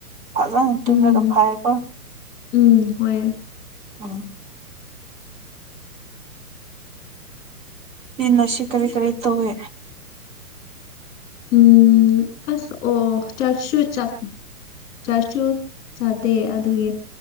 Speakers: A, on the right (about 30°); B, on the left (about 25°).
A: ꯐꯖ ꯇꯃꯤꯒ
B: ꯎꯝ
A: ꯐꯥꯏꯀꯣ
B: ꯎꯝ ꯍꯣꯏ
A: ꯎꯝ ꯅꯪꯗꯤ ꯅꯁꯤ ꯀꯔꯤ ꯀꯔꯤ ꯇꯧꯋꯦ꯫
B: ꯎꯝ ꯑꯁ ꯑꯣ ꯆꯥꯛꯁꯨ ꯆꯥꯛ ꯆꯥꯛꯁꯨ ꯆꯥꯗꯦ ꯑꯗꯨꯒꯤ